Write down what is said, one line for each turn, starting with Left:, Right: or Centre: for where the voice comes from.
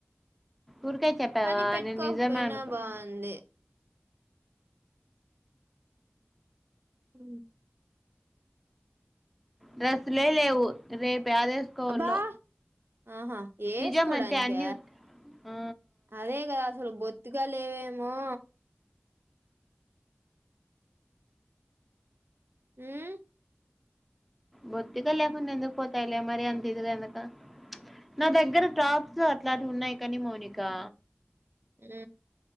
Centre: ఊరికే చెప్పావా
Right: కానీ పెట్టుకోకపోయినా
Centre: నేను నిజమే అనుకున్నా
Right: బాగుంది ఉ
Centre: డ్రెస్ లే లేవు రేపు యాదేసుకోవలో
Right: అబ్బా ఆహా వేసుకోడానిక
Centre: నిజం అంటే అన్ని ఆ
Right: అదే కదా అసలు బొత్తుగా లేవేమో ఉం
Centre: బొత్తిగా లేకుంటే ఎందుకు పోతాలే మరి అంత ఇది కనక నా దగ్గర టాప్స్ అట్లాంటి ఉన్నాయి కాని మోనికా
Right: అ